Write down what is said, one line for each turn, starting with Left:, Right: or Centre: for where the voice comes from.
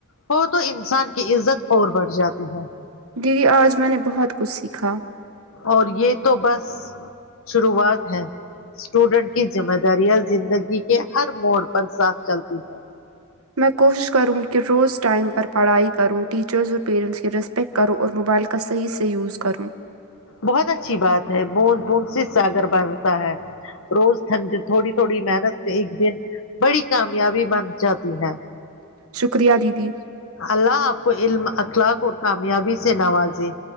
Left: ہو تو انسان کی عزت اور بڑھ جاتی ہے
Right: دیدی آج میں نے بہت کچھ سیکھا
Left: اور یہ تو بس شروعات ہے اسٹوڈنٹ کی ذمہ داریاں زندگی کے ہر موڑ پر ساتھ چلتی ہے
Right: میں کوشش کروں گی کہ روز ٹائم پر پڑھائی کروں ٹیچرس اور پیرنٹس کی پیک کروں اور موائل کا صحیح صحیح یوز کروں
Left: بہت اچھی بات ہے بند بند سے ساگر بنتا ہے روز ٹھنڈ تھوڑی تھوڑی محنت سے ایک دن بڑی کامیابی بن جاتی ہے
Right: شکریہ دیدی
Left: اللہ آپ کو علم اخلاق اور کامیابی سے نوازے